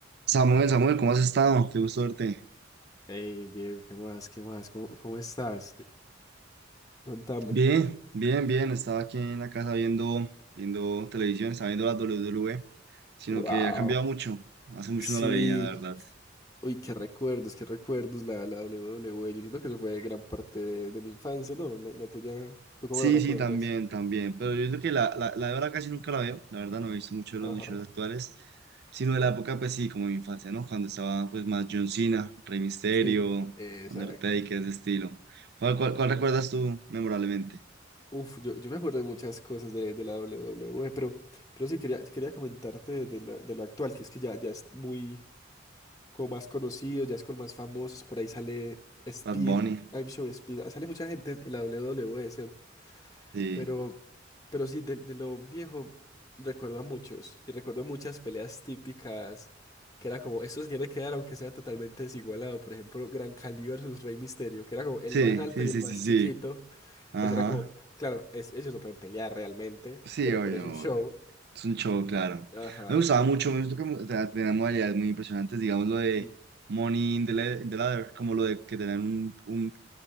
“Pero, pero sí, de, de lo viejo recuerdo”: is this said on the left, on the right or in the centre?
Left